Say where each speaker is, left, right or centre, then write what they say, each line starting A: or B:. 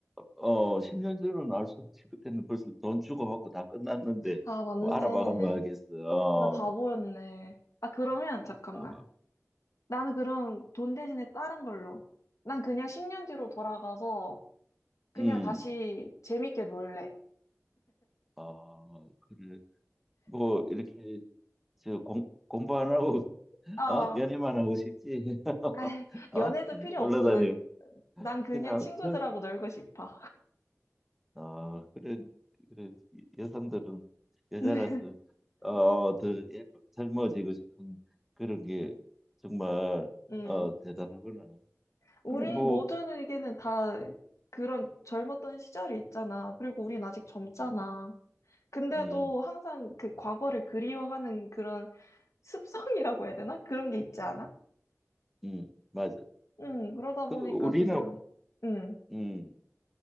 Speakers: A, in the centre; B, on the left (about 70°).
A: 어, 10년 전은 알 수 없지. 그때는 벌써 돈 주고받고 다 끝났는데,
B: 아, 맞네.
A: 뭐, 알아봐가면 하겠어. 어,
B: 나 바보였네. 아, 그러면 잠깐만.
A: 아,
B: 나는 그럼 돈 대신에 다른 걸로. 난 그냥 10년 뒤로 돌아가서 그냥
A: 음,
B: 다시 재밌게 놀래.
A: 아, 그래. 뭐, 이렇게, 저, 공, 공부 안 하고, <laughs>
B: 아,
A: 어? 연애만 하고 싶지? <laughs>
B: 아이,
A: 어?
B: 연애도 필요
A: 놀러
B: 없어.
A: 다녀.
B: 난, 난 그냥
A: 그냥,
B: 친구들하고
A: 저,
B: 놀고 싶어.
A: 아, 그래, 그래, 여성들은 여자라서,
B: <laughs>
A: 어, 더 예뻐, 젊어지고 싶은 그런 게 정말,
B: 음.
A: 어, 대단하구나.
B: 우리
A: 그래, 뭐,
B: 모든 의견은 다 그런 젊었던 시절이 있잖아. 그리고 우린 아직 젊잖아.
A: 음,
B: 근데도
A: 음,
B: 항상 그 과거를 그리워하는 그런 습성이라고 해야 되나? 그런 게 있지 않아?
A: 음, 맞아.
B: 응, 그러다
A: 그,
B: 보니까
A: 우리는,
B: 그냥, 응,
A: 음,